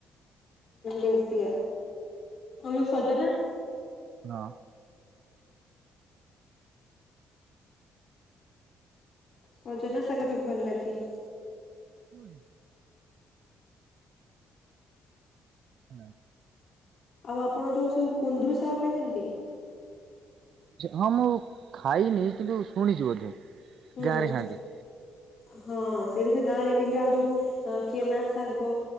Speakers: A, on the left (about 55°); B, on the right (about 65°).
A: ଲେଉଟିଆ। କମ୍ ସଜନା।
B: ହଁ।
A: ସଜନା ଶାଗ ବି ଭଲ ଲାଗେ।
B: ହୁଁ। ହୁଁ।
A: ଆଉ ଆପଣ ଯୋଉ ସବୁ କୁନ୍ଦୁରୁ ଶାଗ ଖାଇଚନ୍ତି?
B: ହଁ ମୁଁ ଖାଇନି କିନ୍ତୁ ଶୁଣିଛି ବୋଧେ
A: ହୁଁ
B: ଗାଁ ରେ ଖାଆନ୍ତି।
A: ହଁ ସେଇଠି ସେ ଗାଁ ରେ ମିଲେ ଆଉ ଯୋଉ କେନା ଶାଗ।